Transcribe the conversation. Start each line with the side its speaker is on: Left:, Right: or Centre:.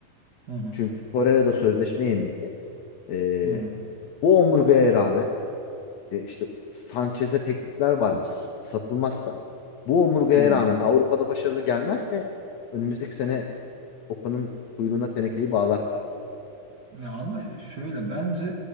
Right: Hı hı.
Left: çünkü Torreira da sözleşme yeniledi. E,
Right: Hı hı.
Left: bu omurgaya rağmen E, işte Sanchez'e teklifler varmış s- satılmazsa. Bu omurgaya
Right: Hı
Left: rağmen Avrupa'da başarı gelmezse önümüzdeki sene Okan'ın kuyruğuna tenekeyi bağlar kalsın.
Right: Ya ama şöyle bence